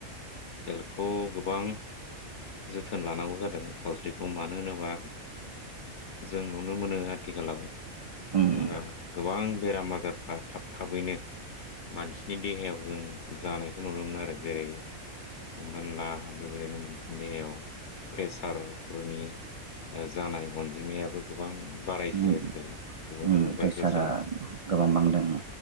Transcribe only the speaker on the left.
हेल्टखौ गोबां। जोथोन लानांगौ जादों सावस्रिखौ मानो होनोबा जों नुनो मोनो आथिखालाव ओ
गोबां बेराम आजारफ्रा थाब थाबैनो मानसिनि देहायाव जों जानायखौ नुनो मोनो आरो जेरै हमनानै ला बेबायदिनो मोनानसिनि देहायाव प्रेसारफोरनि जानाय अनजिमायाबो गोबां बारायसै
आजिखालि सुबुंफोरन
बिराद जासोयो।